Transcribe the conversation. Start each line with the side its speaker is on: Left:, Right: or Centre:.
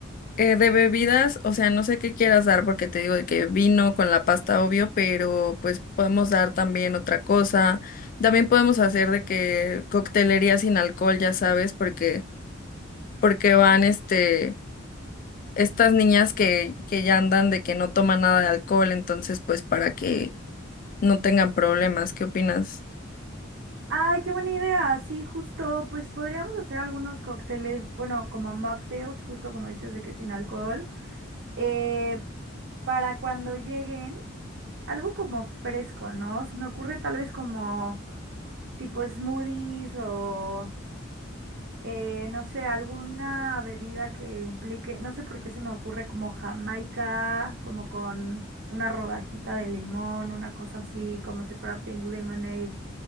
Left: Eh, de bebidas, o sea, no sé qué quieras dar porque te digo de que vino con la pasta, obvio, pero pues podemos dar también otra cosa. También podemos hacer de que coctelería sin alcohol, ya sabes, porque, porque van este estas niñas que, que ya andan de que no toman nada de alcohol, entonces pues para que no tengan problemas, ¿qué opinas?
Right: Ay, qué buena idea. Sí, justo, pues podríamos hacer algunos cócteles, bueno, como mocktails, justo como dices de que sin alcohol, eh, para cuando lleguen, algo como fresco, ¿no? Se me ocurre tal vez como tipo smoothies o, eh, no sé, alguna bebida que implique, no sé por qué se me ocurre como Jamaica, como con una rodajita de limón, una cosa así, como si fuera pink lemonade